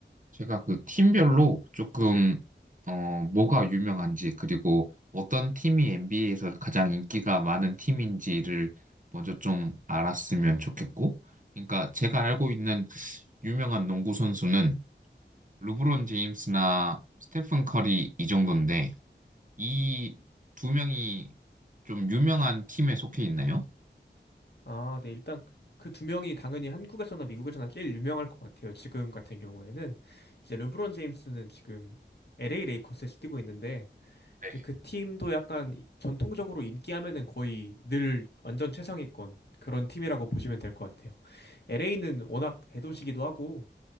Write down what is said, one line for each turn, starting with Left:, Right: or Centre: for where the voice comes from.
Right: 제가 그 팀별로 조금, 어, 뭐가 유명한지, 그리고 어떤 팀이 NBA에서 가장 인기가 많은 팀인지를 먼저 좀 알았으면 좋겠고, 그러니까 제가 알고 있는 유명한 농구 선수는 르브론 제임스나 스테픈 커리 이 정도인데, 이 두 명이 좀 유명한 팀에 속해 있나요?
Left: 아, 네. 일단 그 두 명이 당연히 한국에서나 미국에서나 제일 유명할 것 같아요. 지금 같은 경우에는 이제 르브론 제임스는 지금 LA 레이커스에서 뛰고 있는데
Right: 네.
Left: 이제 그 팀도 약간 전통적으로 인기하면은 거의 늘 완전 최상위권 그런 팀이라고 보시면 될 것 같아요. LA는 워낙 대도시기도 하고